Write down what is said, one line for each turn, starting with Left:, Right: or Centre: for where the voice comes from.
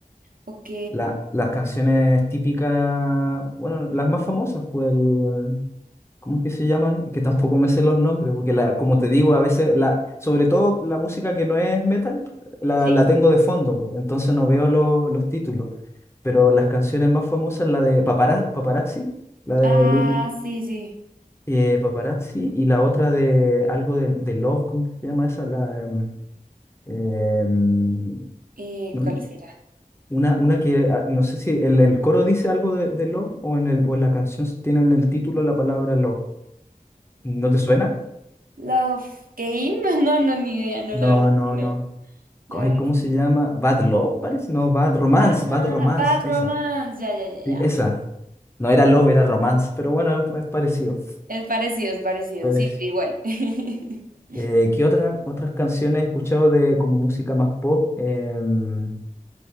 Right: Ok.
Left: La- las canciones típicas, bueno, las más famosas, pues el, ¿cómo es que se llaman? Es que tampoco me sé los nombres, porque la, como te digo, a veces, la, sobre todo la música que no es metal, la,
Right: Sí.
Left: la tengo de fondo, pues, entonces no veo lo- los títulos. pero las canciones más famosas, la de Papara- Paparazzi, la de
Right: Ah,
Left: Lady Gaga,
Right: sí, sí.
Left: eh, Paparazzi y la otra de algo de, de Love, ¿cómo se llama esa? La, em, em,
Right: Eh,
Left: no-
Right: ¿cuál será?
Left: una, una que ah, no sé si el, el coro dice algo de, de Love o en el, o en la canción tiene en el título la palabra Love. ¿No te suena?
Right: Love Game. <laughs> No, no, ni idea. No,
Left: No,
Right: la verdad
Left: no,
Right: que no.
Left: no.
Right: La
Left: Ay,
Right: verdad.
Left: ¿cómo se llama? Bad Love, parece. No, Bad Romance,
Right: Ah,
Left: Bad Romance,
Right: Bad Romance.
Left: esa.
Right: Ya, ya, ya,
Left: Sí,
Right: ya.
Left: esa. No era
Right: Ok,
Left: Love, era Romance, pero bueno, es es parecido.
Right: Es parecido, es parecido.
Left: Pues,
Right: Sí, igual. <laughs>
Left: Eh, ¿qué otra- otras canciones he escuchado de como música más pop? Em,